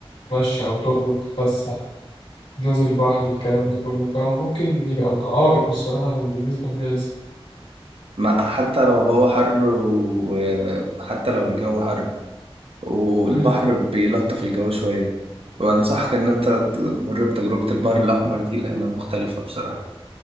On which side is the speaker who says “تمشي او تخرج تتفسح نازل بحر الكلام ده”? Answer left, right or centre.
Left